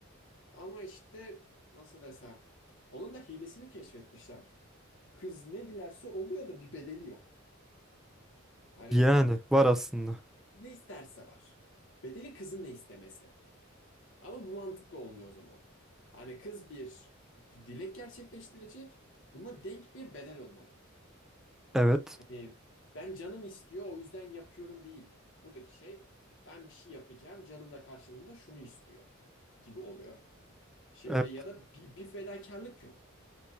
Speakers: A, on the left (about 65°); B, in the centre.
A: Ama işte nasıl desem onun da hilesini keşfetmişler. Kız ne dilerse oluyor da bir bedeli yok. Hani
B: Yani var aslında.
A: ne isterse var. Bedeli kızın ne istemesi. Ama bu mantıklı olmuyor o zaman. Hani kız bir, bir dilek gerçekleştirecek. Buna denk bir bedel olmalı.
B: Evet.
A: Hani ben canım istiyor o yüzden yapıyorum değil. Buradaki şey ben bir şey yapacağım canım da karşılığında şunu istiyor gibi oluyor. Şimdi
B: Evet.
A: ya da bir, bir fedakarlık yok.